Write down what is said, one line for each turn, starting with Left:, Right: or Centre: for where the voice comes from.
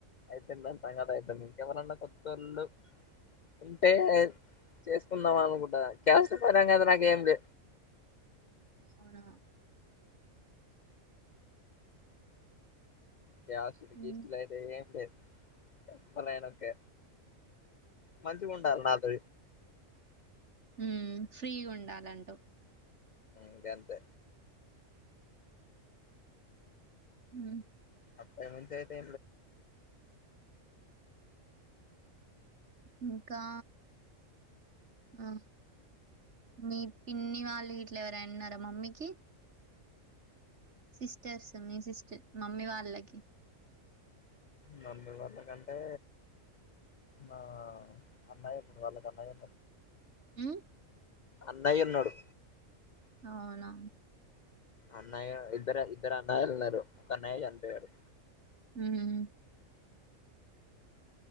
Left: యితే న తంగట అయితా నీ ఎవరన్నా కొత్తళ్ళు ఉంటే చేసుకుందాం అనుకుంటా కాస్ట్ పరంగా అయితే నాకేం లే
Right: అవునా
Left: క్యాసిటు
Right: ఉమ్
Left: గీస్టులు అయితే ఏం లే చెప్పాలేన్ ఒకే మంచిగా ఉండాలి నాతో
Right: ఉ ఫ్రీగా ఉండాలంటూ
Left: ఇదేంతే
Right: హ
Left: అప్ప మయితడి
Right: ఇంకా ఆ మీ పిన్ని వాళ్ళు ఇట్లా ఎవరైన్నారా మమ్మీకి సిస్టర్స్ మీ సిస్టర్ మమ్మీ వాళ్ళకి
Left: నన్ను గొటకన్నంటే మా అన్నయప్పడి వాళ్ళకు అన్నయ
Right: హ్మ్
Left: అన్నయి ఉన్నాడు
Right: అవునా
Left: అన్నయ్య ఇద్దరు ఇద్దరు అన్నయలున్నారు. ఒక అన్నయ్య చనిపోయారు.
Right: మ్మ్ హ్మ్